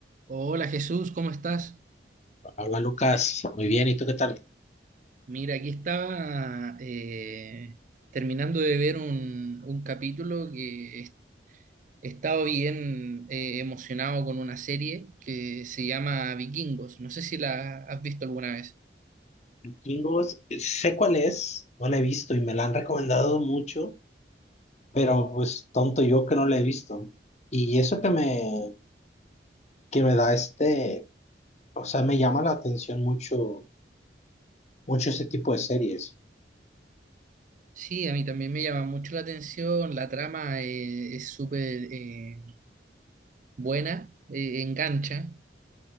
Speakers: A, on the right; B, on the left.
A: Hola Jesús, ¿cómo estás?
B: Hola Lucas, muy bien, ¿y tú qué tal?
A: Mira, aquí estaba eh, terminando de ver un, un capítulo que he he estado bien eh, emocionado con una serie que se llama Vikingos. No sé si la has visto alguna vez.
B: Vikingos, eh, sé cuál es, no la he visto y me la han recomendado mucho, pero pues tonto yo que no la he visto. Y eso que me, que me da este, o sea, me llama la atención mucho, mucho este tipo de series.
A: Sí, a mí también me llama mucho la atención, la trama eh, es súper eh, buena, eh, engancha.